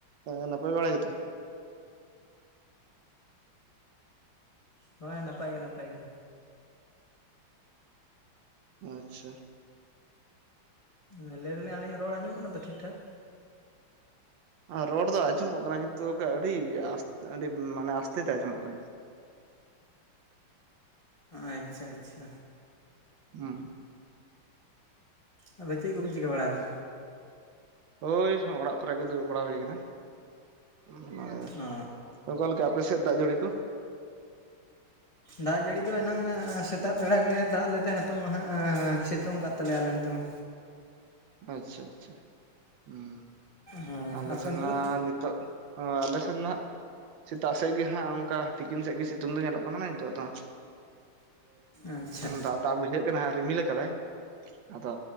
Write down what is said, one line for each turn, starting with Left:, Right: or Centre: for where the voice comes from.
Right: ᱦᱮᱸ ᱱᱟᱯᱟᱭ ᱵᱟᱲᱟ ᱜᱮ ᱛᱚ?
Left: ᱦᱳᱭ ᱱᱟᱯᱟᱭ ᱜᱮ ᱱᱟᱯᱟᱭ ᱜᱮ᱾
Right: ᱟᱪᱪᱷᱟ
Left: ᱦᱮ ᱞᱟᱹᱭ ᱫᱟᱹᱞᱤᱧ ᱟᱞᱤᱧᱟᱜ ᱨᱚᱲ ᱟᱸᱡᱚᱢᱚᱜ ᱠᱟᱱᱟ ᱛᱚ ᱴᱷᱤᱠ ᱴᱷᱟᱠ?
Right: ᱨᱚᱲ ᱫᱚ ᱟᱸᱡᱚᱢᱚᱜ ᱠᱟᱱᱟ ᱠᱤᱱᱛᱩ ᱟᱹᱰᱤ ᱟᱹᱰᱤ ᱢᱟᱱᱮ ᱟᱥᱛᱮ ᱛᱮ ᱟᱸᱡᱚᱢᱚᱜ ᱠᱟᱱᱟ᱾
Left: ᱟᱪᱪᱷᱟ ᱟᱪᱪᱷᱟ
Right: ᱦᱮᱸ
Left: ᱟᱫᱚ ᱪᱮᱫ ᱠᱚᱵᱤᱱ ᱪᱤᱠᱟᱹ ᱵᱟᱲᱟᱭᱮᱫᱟ?
Right: ᱦᱳᱭ ᱚᱲᱟᱜ ᱠᱚᱨᱮ ᱜᱮ ᱫᱩᱲᱩᱵ ᱵᱟᱲᱟ ᱦᱩᱭ ᱠᱟᱱᱟ᱾ ᱚᱱᱟ
Left: ᱚ
Right: ᱚᱠᱟ ᱞᱮᱠᱟ ᱟᱯᱮ ᱥᱮᱫ ᱫᱟᱜ ᱡᱟᱹᱲᱤ ᱠᱚ?
Left: ᱫᱟᱜ ᱡᱟᱹᱲᱤ ᱫᱚ ᱮᱱᱟᱝ ᱥᱮᱛᱟᱜ ᱵᱮᱲᱟ ᱜᱮ ᱫᱟᱜ ᱞᱮᱫᱛᱮ ᱱᱤᱛᱚᱜ ᱢᱟ ᱦᱟᱸᱜ ᱥᱤᱛᱩᱝ ᱟᱠᱟᱫ ᱛᱟᱞᱮᱭᱟ ᱟᱞᱮ ᱚᱱᱛᱮ ᱢᱟ᱾
Right: ᱟᱪᱪᱷᱟ ᱟᱪᱪᱷᱟ ᱦᱩᱸ
Left: ᱦᱳᱭ
Right: ᱟᱞᱮ
Left: ᱟᱯᱮ
Right: ᱥᱮᱱ
Left: ᱚᱱᱛᱮ
Right: ᱢᱟ
Left: ᱫᱚ
Right: ᱱᱤᱛᱳᱜ ᱚ ᱟᱞᱮᱥᱮᱫ ᱱᱟᱦᱟᱜ ᱥᱮᱛᱟᱜ ᱥᱮᱫ ᱜᱮ ᱦᱟᱸᱜ ᱚᱱᱠᱟ ᱛᱤᱠᱤᱱ ᱥᱮᱫ ᱜᱮ ᱥᱤᱛᱩᱝ ᱫᱚ ᱧᱮᱞᱚᱜ ᱠᱟᱱᱟ ᱱᱤᱛᱚᱜ ᱫᱚ
Left: ᱟᱪᱪᱷᱟ
Right: ᱫᱟᱜ ᱫᱟᱜ ᱵᱩᱡᱷᱟᱹᱜ ᱠᱟᱱᱟ ᱨᱤᱢᱤᱞ ᱟᱠᱟᱫᱟᱭ ᱟᱫᱚ